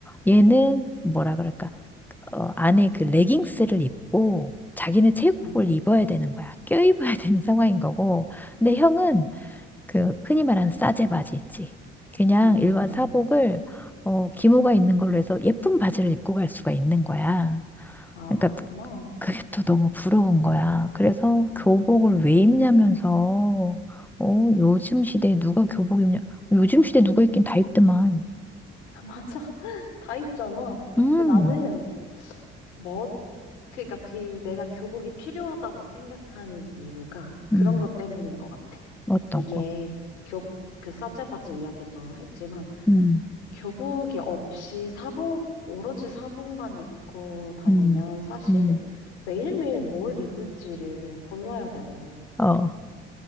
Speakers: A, in the centre; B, on the left.
A: 얘는 뭐라 그럴까? 어, 안에 그 레깅스를 입고 자기는 체육복을
B: 음,
A: 입어야 되는 거야. 껴입어야 <laughs> 되는 상황인 거고. 근데 형은
B: 음,
A: 그 흔히 말하는 싸제 바지 있지. 그냥
B: 음.
A: 일반 사복을 어, 기모가 있는 걸로 해서 예쁜 바지를 입고 갈 수가 있는 거야.
B: 아,
A: 그러니까
B: 그렇구나.
A: 그게 또 너무 부러운 거야. 그래서 교복을
B: 음,
A: 왜 입냐면서 어, 요즘 시대에 누가 교복 입냐? 요즘 시대에 누가 입긴 다 입더만.
B: <laughs> 맞아. <laughs> 다 입잖아.
A: 음,
B: 근데 나는, 뭐, 그니까 러그 내가 교복이 필요하다고 생각하는 이유가 그런
A: 음,
B: 것 때문인 것 같아.
A: 어떤
B: 이게
A: 거?
B: 교, 그 사체바지 이야기도 했지만
A: 음,
B: 교복이 없이 사복, 오로지 사복만 입고 다니면
A: 음,
B: 사실
A: 음,
B: 매일매일 뭘 입을지를 골라야 되고
A: 어,